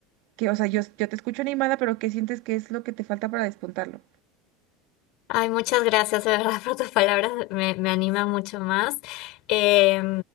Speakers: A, on the right; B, on the left.
A: que, o sea, yo, yo te escucho animada, pero ¿qué sientes que es lo que te falta para despuntarlo?
B: Ay, muchas gracias, de verdad, <laughs> por tus palabras, me, me anima mucho más. Eh,